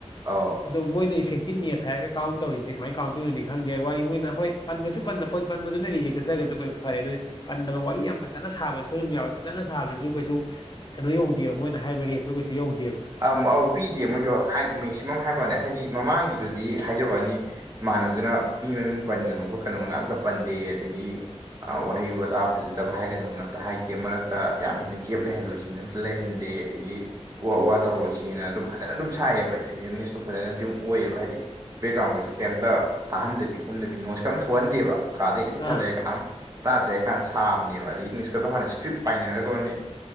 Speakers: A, on the right; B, on the left.
A: ꯑꯧ
B: ꯑꯗꯣ ꯃꯣꯏꯅ ꯏꯐꯦꯛꯇꯤꯚꯅꯦꯁ ꯍꯥꯏꯔꯒ ꯀꯥꯎꯟ ꯇꯧꯔꯤꯁꯦ ꯀꯃꯥꯏ ꯀꯥꯎꯟ ꯇꯧꯔꯤꯅꯣꯗꯤ ꯈꯪꯗꯦ ꯋꯥꯔꯤ ꯃꯣꯏꯅ ꯍꯣꯏ ꯄꯟꯕꯁꯨ ꯄꯟꯕ ꯄꯟꯕꯗꯨꯅ ꯔꯤꯖꯦꯛ ꯆꯠꯆꯔꯒꯁꯨ ꯐꯔꯦ ꯑꯗꯨ ꯄꯟꯗꯕ ꯋꯥꯔꯤ ꯌꯥꯝ ꯐꯖꯅ ꯁꯥꯕꯁꯨ ꯑꯗꯨꯝ ꯌꯥꯎꯋꯦ ꯐꯖꯅ ꯁꯥꯕꯁꯨ ꯑꯗꯨꯝ ꯀꯩꯁꯨ ꯀꯩꯅꯣ ꯌꯧꯗꯦꯕ ꯃꯣꯏꯅ ꯍꯥꯏꯕ ꯔꯦꯠꯇꯣ ꯀꯩꯁꯨ ꯌꯧꯗꯦꯕ
A: ꯑꯝ ꯑꯧ ꯄꯤꯗꯦ ꯃꯣꯏꯒꯤ ꯍꯥꯏ ꯃꯦꯛꯁꯤꯃꯝ ꯍꯥꯏꯕꯋꯥꯅꯦ ꯍꯥꯏꯗꯤ ꯃꯃꯥꯡꯒꯤꯗꯨꯗꯤ ꯍꯥꯏꯖꯕ ꯋꯥꯅꯤ ꯏꯃꯥꯟꯅꯕꯗꯨꯅ ꯃꯤ ꯃꯃꯤꯡ ꯄꯟꯒꯅꯨ ꯈꯣꯠꯀꯅꯣꯅ ꯑꯝꯇ ꯄꯟꯗꯦꯌꯦ ꯑꯗꯒꯤ ꯋꯥꯍꯩ ꯋꯥꯇꯥ ꯐꯖꯗꯕ ꯍꯥꯏꯒꯅꯨꯅ ꯑꯝꯇ ꯍꯥꯏꯗꯦ ꯃꯔꯛꯇ ꯌꯥꯝ ꯍꯦꯟꯅ ꯒꯦꯞ ꯂꯩꯍꯜꯂꯣꯏꯁꯤꯅ ꯑꯝꯇ ꯂꯩꯍꯟꯗꯦ ꯀꯦ ꯑꯗꯒꯤ ꯋꯥ ꯋꯥ ꯇꯧꯔꯣꯏꯁꯤꯅ ꯑꯗꯨꯝ ꯐꯖꯅ ꯑꯗꯨꯝ ꯁꯥꯏꯌꯦꯕ ꯏꯐꯦꯛꯇꯤꯞ ꯅ꯭ꯌꯨꯁꯇꯣ ꯐꯖꯅꯗꯤ ꯑꯗꯨꯝ ꯑꯣꯏꯌꯦꯕ ꯍꯥꯏꯗꯤ ꯕꯦꯛꯒ꯭ꯔꯥꯎꯟꯒꯁꯦ ꯀꯩꯝꯇ ꯇꯥꯍꯟꯗꯕꯤ ꯈꯣꯠꯇꯕꯤ ꯅꯣꯏꯁ ꯀ ꯑꯝ ꯊꯣꯛꯍꯟꯗꯦꯕ ꯀꯥꯗ ꯏꯊꯜꯗ
B: ꯑꯥ
A: ꯂꯩꯔꯦ ꯀꯅꯥꯝ ꯇꯥꯗ꯭ꯔꯦ ꯀꯥꯟꯅ ꯁꯥꯕꯅꯦꯕ ꯑꯗꯩ ꯏꯪꯂꯤꯁꯀꯗꯣ ꯍꯥꯟ ꯏꯁꯀ꯭ꯔꯤꯞ ꯄꯥꯏꯅꯔꯒ ꯈꯣꯏꯅꯤ